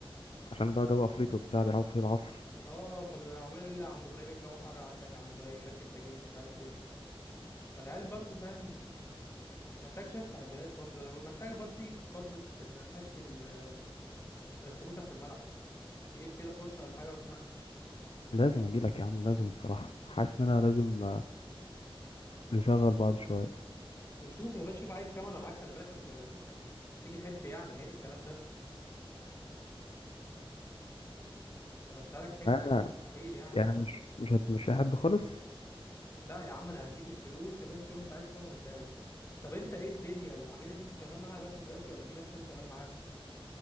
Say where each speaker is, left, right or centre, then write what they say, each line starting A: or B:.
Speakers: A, on the left; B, on the left.
A: عشان بقى جو افريقيا وبتاع بيلعبوا فيه العصر
B: اه فعمال يقول لي يا عم ابراهيم الجو حر عندك يا عم ابراهيم ركب تكييف مش عارف ايه فالعيال برضو فاهم محتاج شويه تعديلات برضو انا محتاج برضو تيجي برضو تنقش لي ال- الخطوط بتاعت الملعب تجيب كده فرشه ولا حاجه وتنقش
A: لازم اجي لك يا عم لازم بصراحه حاسس ان انا لازم آه، نشغل بعض شويه
B: وشوف يا باشا شوف عايز كام انا معاك خلي بالك أنا مش مش مش تيجي حب يعني عيب الكلام ده مش همشيها لك حب
A: ما
B: مستحيل يعني
A: يعني مش مش هت مش هحب خالص
B: لا يا عم انا هديك الفلوس يا باشا شوف انت عايز كام وهديها لك طب انت ايه الدنيا العميله دي انت شغال معاها بس دلوقتي ولا في ناس تاني شغال معاها